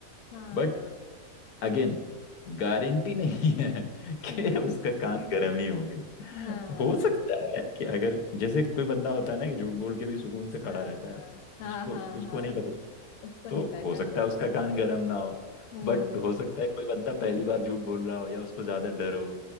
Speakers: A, on the left; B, on the left.
A: हाँ
B: बट अगेन गारंटी नहीं है <laughs> कि
A: हम्म
B: उसका कान गर्म ही होंगे
A: हाँ
B: हो सकता है कि अगर जैसे कोई बंदा होता है ना कि झूठ बोल के भी सुकून से खड़ा
A: हाँ
B: रहता
A: हाँ
B: है
A: हाँ
B: उसको
A: हाँ
B: उसको
A: हाँ
B: नहीं पता चलता,
A: उसको
B: तो
A: नहीं पकड़
B: हो सकता
A: सकते
B: है उसका कान गर्म ना हो
A: हम्म
B: बट हो सकता है कोई बंदा पहली बार झूठ बोल रहा हो या उसको ज्यादा डर हो